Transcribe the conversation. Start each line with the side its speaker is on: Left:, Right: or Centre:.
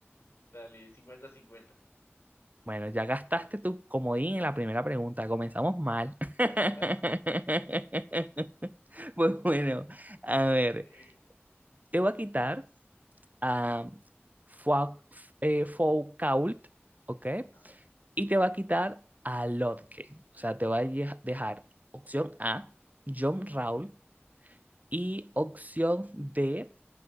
Left: Dale, cincuenta cincuenta
Right: Bueno, ya gastaste tu comodín en la primera pregunta, comenzamos mal. <laughs>
Left: <laughs>
Right: Pues bueno, a ver,
Left: a ver
Right: te voy a quitar a Fua- eh, Foucault, ¿ok?
Left: ajá.
Right: Y te va a quitar a Lotke, o sea, te va a ye- dejar opción A, John Rawl, y opción D.